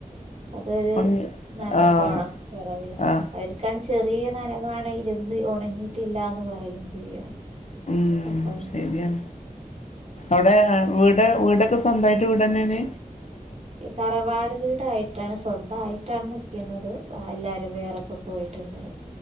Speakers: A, on the right (about 50°); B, on the left (about 55°).
A: അതൊരു
B: ഉണങ്ങി
A: നനവ്
B: ആഹ്
A: പോണ കുറവില്ല
B: ആഹ്
A: അവർക്കാണ് ചെറിയ നന വാണെങ്കില് ഇത് ഉണങ്ങിയിട്ടില്ലാന്ന് പറയും ചെയ്യും
B: ഉം
A: അപ്പൊ
B: ശരിയാണ് അ വിടെ വടെ വീടൊക്കെ സ്വന്തായിട്ട് വീടന്നെണ്
A: തറവാട് വീട് ആയിട്ടാണ് സ്വന്തയിട്ട് ആണ് നി ക്കുന്നത് എല്ലാരും വേറൊക്കെ പോയിട്ടുണ്ട്